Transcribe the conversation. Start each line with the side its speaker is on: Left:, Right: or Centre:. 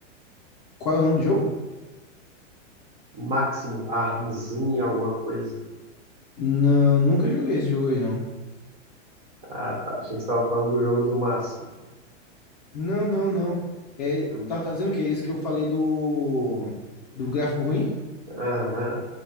Left: Qual é o nome do jogo?
Right: Máximo Armzinho, alguma coisa.
Left: Não, nunca joguei esse jogo aí, não.
Right: Ah, tá. Achei que você estava falando do jogo do Máximo.
Left: Não, não, não. É,
Right: Eu-
Left: tá, tá dizendo o quê? Esse que eu falei do, do gráfico ruim?
Right: Aham.